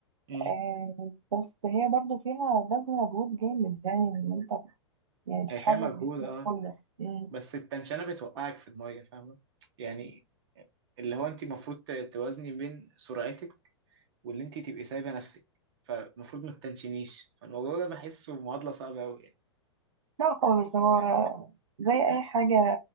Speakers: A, on the right; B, on the right.
A: امم
B: آه، بس هي برضو فيها بذل مجهود جامد يعني ان انت يعني بتحرك
A: هي فيها مجهود
B: جسمك
A: أه
B: كله مم.
A: بس التنشنة بتوقعك في المية فاهمة يعني اللي هو أنت المفروض ت- توازني بين سرعتك واللي أنت تبقي سايبة نفسك فالمفروض ما تتنشنيش فالموضوع ده بحسه معادلة صعبة أوي يعني
B: لا خالص هو زي اي حاجه